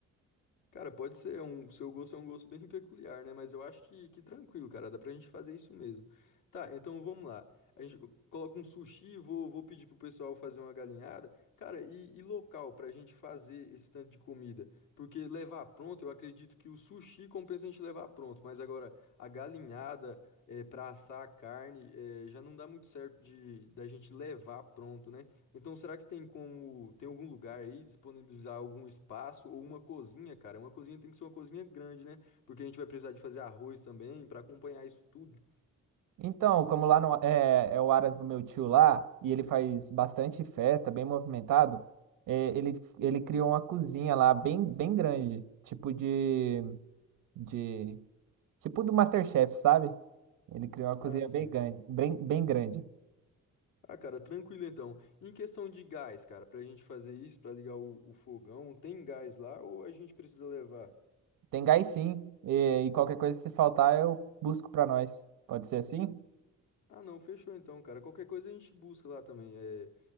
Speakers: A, on the left (about 80°); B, on the right (about 80°).
A: Cara, pode ser, é um, seu gosto é um gosto bem peculiar, né? Mas eu acho que, que tranquilo, cara, dá pra gente fazer isso mesmo. Tá, então vamos lá. A gente coloca um sushi, vou, vou pedir pro pessoal fazer uma galinhada. Cara, e, e local pra gente fazer esse tanto de comida? Porque levar pronto, eu acredito que o sushi compensa a gente levar pronto, mas agora a galinhada, é, para assar a carne, é, já não dá muito certo de da gente levar pronto, né? Então, será que tem como tem algum lugar aí disponibilizar algum espaço ou uma cozinha, cara? Uma cozinha tem que ser uma cozinha grande, né? Porque a gente vai precisar de fazer arroz também para acompanhar isso tudo.
B: Então, como lá no, é, é o Aras do meu tio lá, e ele faz bastante festa, bem movimentado, é, ele, ele criou uma cozinha lá bem, bem grande, tipo de, de, tipo do MasterChef, sabe? Ele criou uma cozinha
A: Ah, sim.
B: bem grande, bem, bem grande.
A: Ah, cara, tranquilo então. E Em questão de gás, cara, pra gente fazer isso, pra ligar o, o fogão, tem gás lá ou a gente precisa levar?
B: Tem gás sim, e, e qualquer coisa se faltar eu busco pra nós. Pode ser assim?
A: Ah, não, fechou então, cara. Qualquer coisa a gente busca lá também. É,